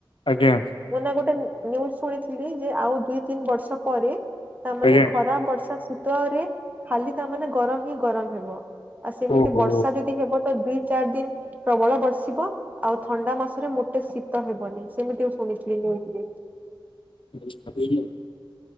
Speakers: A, on the left (about 75°); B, on the right (about 20°).
A: ଆଜ୍ଞା।
B: ମୁଁ ନା ଗୋଟେ ନ୍ୟୁଜ ଶୁଣିଥିଲି ଯେ ଆଉ ଦୁଇ ତିନି ବର୍ଷ ପରେ ତାମାନେ
A: ଆଜ୍ଞା
B: ଖରା ବର୍ଷା ଶୀତରେ ଖାଲି ତାମାନୋନେ ଗରମ ହିଁ ଗରମ ହେବ। ଆଉ ସେମିତି
A: ଓହୋ
B: ବର୍ଷା ଯଦି ହେବ ତ ଦିଇ ଚାରି ଦିନ ପ୍ରବଳ ବର୍ଷିବ ଆଉ ଥଣ୍ଡା ମାସରେ ମୋଟେ ଶୀତ ହେବନି ସେମିତି ଶୁଣିଥିଲି ନ୍ୟୁଜ ରେ।
A: <unintelligible>